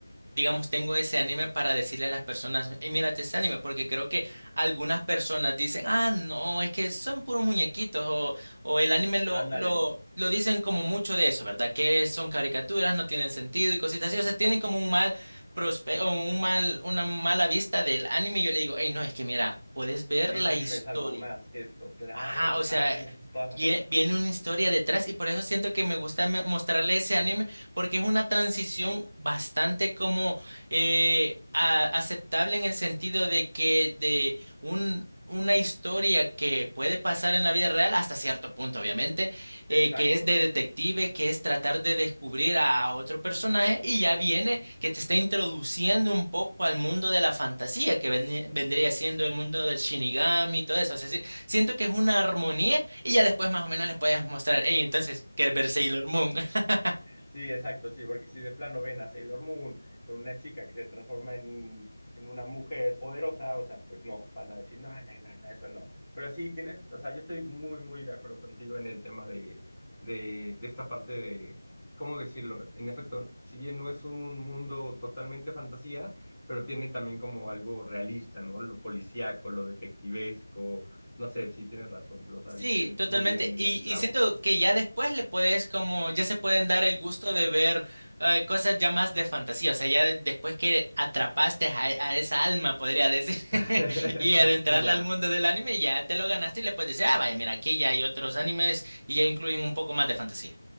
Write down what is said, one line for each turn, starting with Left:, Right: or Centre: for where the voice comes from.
Right: digamos, tengo ese anime para decirle a las personas, hey, mírate este anime, porque creo que algunas personas dicen, ah, no, es que son puros muñequitos, o, o el anime lo,
Centre: Ándale,
Right: lo, lo dicen como mucho de eso, ¿verdad? Que son caricaturas, no tienen sentido y cositas así. O sea, tienen como un mal prospe- o un mal, una mala vista del anime, Y yo le digo, hey, no, es que mira, puedes ver
Centre: el
Right: la
Centre: anime
Right: historia.
Centre: es algo más que esto, claro.
Right: Ajá, o sea,
Centre: Ah, tienes toda la
Right: vie-
Centre: razón.
Right: viene una historia detrás y por eso siento que me gusta me- mostrarle ese anime porque es una transición bastante como eh, a- aceptable en el sentido de que de un, una historia que puede pasar en la vida real hasta cierto punto, obviamente, eh,
Centre: Exacto.
Right: que es de detective, que es tratar de descubrir a otro personaje y ya viene que te está introduciendo un poco al mundo de la fantasía que ven- vendría siendo el mundo del Shinigami y todo eso. O sea, sí, Siento que es una armonía y ya después más o menos les puedes mostrar, hey, entonces, ¿quieres ver Sailor Moon? <laughs>
Centre: Sí, exacto, sí, porque si de plano ven a Sailor Moon con una chica que se transforma en, en una mujer poderosa, o sea, pues no, van a decir, no, no, no, no, eso no. Pero sí, tienes, o sea, yo estoy muy, muy de acuerdo contigo en el tema de, de, de esta parte de, ¿cómo decirlo? En efecto, si bien no es un mundo totalmente fantasía, pero tiene también como algo realista, ¿no? Lo policíaco, lo detectivesco, no sé, sí, tienes razón, o sea,
Right: Sí,
Centre: diste
Right: totalmente.
Centre: muy bien en
Right: Y,
Centre: el clavo.
Right: y siento que ya después le puedes como, ya se pueden dar el gusto de ver eh, cosas ya más de fantasía. O sea, ya de- después que atrapaste a, a esa alma, podría decir,
Centre: <laughs>
Right: <laughs> y adentrarla
Centre: Sí, ya.
Right: al mundo del anime, ya te lo ganaste y le puedes decir, ah, vaya, mira, aquí ya hay otros animes y ya incluyen un poco más de fantasía.